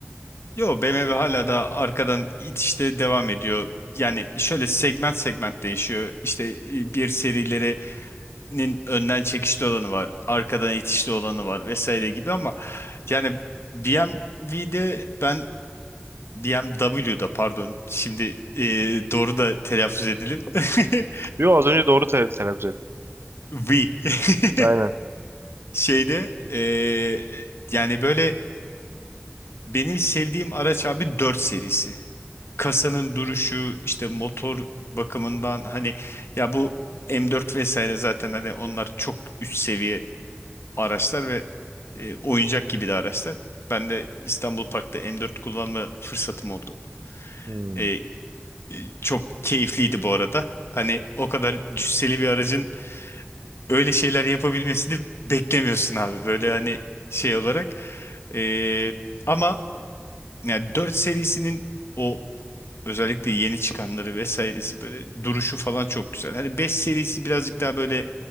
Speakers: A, on the left; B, on the right.
A: yo BMW hala da arkadan itişte devam ediyor. Yani şöyle segment segment değişiyor. İşte e, bir serileri nin önden çekişli olanı var, arkadan itişli olanı var vesaire gibi ama yani BMW'de ben BMW'da pardon şimdi e, doğru da telaffuz edelim. <laughs>
B: Yo az önce doğru te- telaffuz ettim.
A: V <laughs>
B: Aynen.
A: şeyde e, yani böyle benim sevdiğim araç abi 4 serisi. Kasanın duruşu işte motor bakımından hani ya bu M4 vesaire zaten hani onlar çok üst seviye araçlar ve e, oyuncak gibi de araçlar. Ben de İstanbul Park'ta M4 kullanma fırsatım oldu.
B: Hmm.
A: E, e, çok keyifliydi bu arada. Hani o kadar cüsseli bir aracın öyle şeyler yapabilmesini beklemiyorsun abi. Böyle hani şey olarak. E, ama yani 4 serisinin o Özellikle yeni çıkanları vesairesi böyle duruşu falan çok güzel. Hani 5 serisi birazcık daha böyle